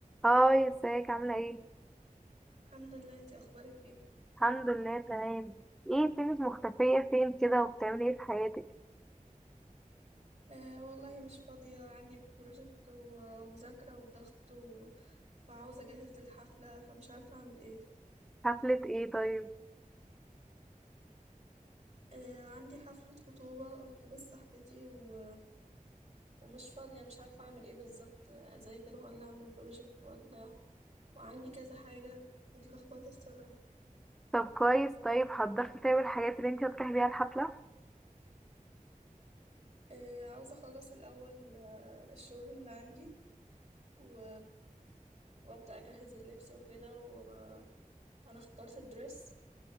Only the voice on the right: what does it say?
الحمد لله انتي اخبارك ايه
آه والله مش فاضية عندي بروجكت و- ومذاكرة وضغط و... وعاوزة اجهز للحفلة فمش عارفة اعمل ايه
آه عندي حفلة خطوبة خطوبة صاحبتي و... ومش فاضية مش عارفة اعمل ايه بالظبط اذاكر ولا اعمل بروجكت ولا وعندي كذا حاجة متلخبطة الصراحة
آه عاوزة اخلص الاول آه الشغل اللي عندي و... وابدأ اجهز اللبس وكده وانا اخترت الدرس